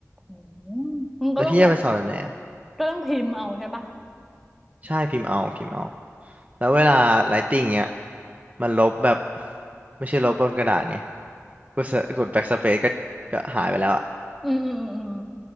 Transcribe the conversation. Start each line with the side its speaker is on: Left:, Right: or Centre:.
Centre: อืมมันก็ต้องแบบ
Right: แล้วพี่จะไปสอบแบบไหนอะ
Centre: ก็ต้องพิมพ์เอาใช่ปะ
Right: ใช่พิมพ์เอาพิมพ์เอาแล้วเวลาไลติ้งเนี้ยมันลบแบบไม่ใช่ลบบนกระดาษเนี่ยกดเสกดแบ็กสเปซก็ก็หายไปแล้วอ่ะ
Centre: อืมอืมอืมอืม